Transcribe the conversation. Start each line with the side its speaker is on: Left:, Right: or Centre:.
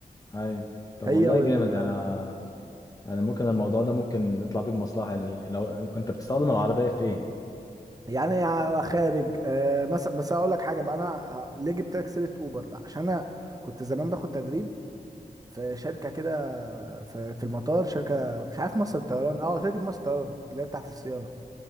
Left: اي طب
Right: هي
Left: والله
Right: وال
Left: جامد انا يعني ممكن الموضوع ده ممكن نطلع بيه بمصلحة يعني لو انت بتستخدم العربية في ايه
Right: يعني ع- خارج آه مثلا بس اقول لك حاجه بقى انا آه، ليه جبت لك سيره اوبر بقى عشان انا كنت زمان باخد تدريب في شركه كده في, في المطار شركه مش عارف مصر الطيران اه شركه مصر الطيران اللي هي بتاعت الصيانه